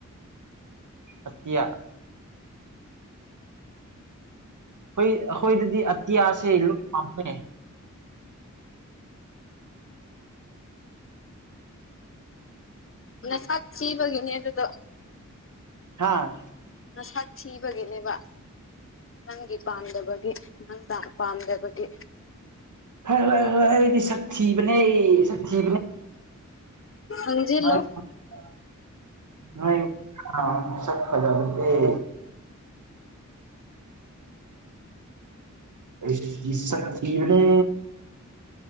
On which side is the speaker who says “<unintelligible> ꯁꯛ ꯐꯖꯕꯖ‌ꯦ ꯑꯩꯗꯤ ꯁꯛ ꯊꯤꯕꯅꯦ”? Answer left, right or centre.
Right